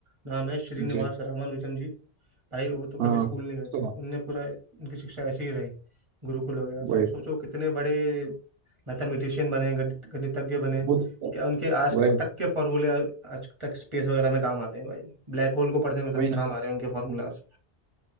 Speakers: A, on the right; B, on the right.
A: नाम है श्रीनिवास
B: जी
A: रामानुजन जी भाई वो तो कभी
B: हाँ
A: स्कूल नहीं गए
B: तो
A: थे उनने पूरा उनकी शिक्षा ऐसे ही रही गुरुकुल वगैरह से
B: वही
A: और सोचो कितने बड़े मैथमेटिशियन बने गणित गणितज्ञ बने
B: वो तो
A: या उनके आज
B: वही
A: तक के फॉर्मूले आज तक स्पेस वगैरह में काम आते हैं भाई ब्लैक होल को पढ़ने में
B: वही
A: काम आ रहे हैं उनके फॉर्मूलाज